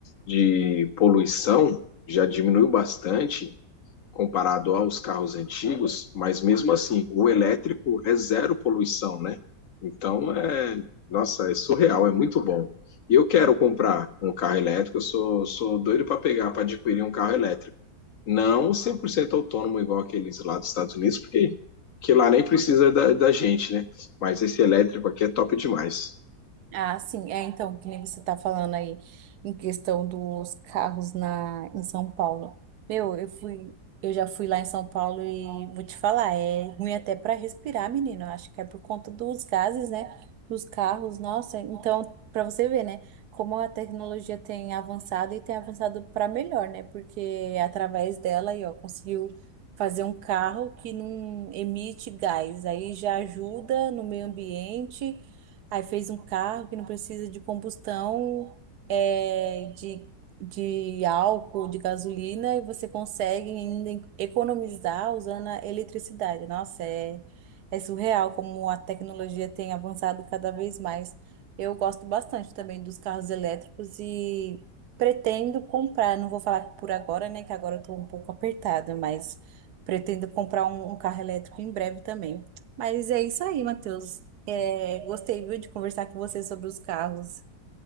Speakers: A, on the left; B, on the right.
A: de poluição, já diminuiu bastante, comparado aos carros antigos, mas mesmo assim, o elétrico é zero poluição, né? Então, é, nossa, é surreal, é muito bom. E eu quero comprar um carro elétrico, eu sou, sou doido para pegar, para adquirir um carro elétrico. Não 100% autônomo, igual aqueles lá dos Estados Unidos, porque que lá nem precisa da, da gente, né? Mas esse elétrico aqui é top demais.
B: Ah, sim. É, então, que nem você tá falando aí em questão dos carros na, em São Paulo. Meu, eu fui, eu já fui lá em São Paulo e vou te falar, é ruim até para respirar, menino. Eu Acho que é por conta dos gases, né? Dos carros, nossa. Então, para você ver, né? Como a tecnologia tem avançado e tem avançado para melhor, né? Porque através dela aí, ó, conseguiu fazer um carro que não emite gás. Aí já ajuda no meio ambiente. Aí fez um carro que não precisa de combustão, é, de, de álcool, de gasolina, e você consegue ainda economizar usando a eletricidade. Nossa, é, é surreal como a tecnologia tem avançado cada vez mais. Eu gosto bastante também dos carros elétricos e pretendo comprar. Não vou falar por agora, né? Que agora eu estou um pouco apertada, mas pretendo comprar um, um carro elétrico em breve também. Mas é isso aí, Matheus. É, gostei, viu, de conversar com você sobre os carros.